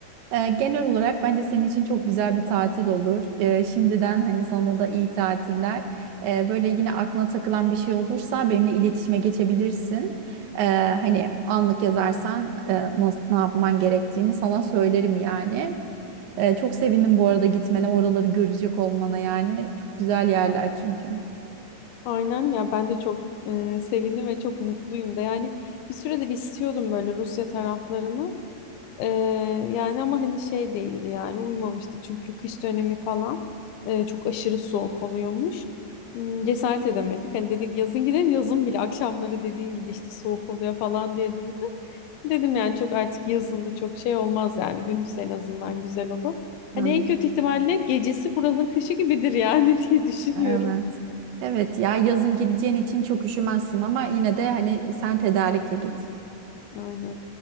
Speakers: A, on the right; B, on the left.
A: Ee, genel olarak bence senin için çok güzel bir tatil olur. Ee, şimdiden hani sana da iyi tatiller. Ee, böyle yine aklına takılan bir şey olursa benimle iletişime geçebilirsin. Ee, hani anlık yazarsan e, nasıl, ne yapman gerektiğini sana söylerim yani. Ee, çok sevindim bu arada gitmene, oraları görecek olmana yani. Çok güzel yerler çünkü.
B: Aynen ya ben de çok e, sevindim ve çok mutluyum da yani bir süredir istiyordum böyle Rusya taraflarını. Ee, yani ama hani şey değildi yani uymamıştı çünkü kış dönemi falan e, çok aşırı soğuk oluyormuş. Hmm, cesaret edemedik. Hani dedik yazın gidelim yazın bile akşamları dediğin gibi işte soğuk oluyor falan diye duydum. Dedim yani çok artık yazında çok şey olmaz yani gündüz en azından güzel olur.
A: Hmm,
B: Hani en kötü ihtimalle gecesi buranın kışı gibidir yani <laughs> diye düşünüyorum.
A: Evet. Evet ya yazın gideceğin için çok üşümezsin ama yine de hani sen tedarikli git.
B: Aynen.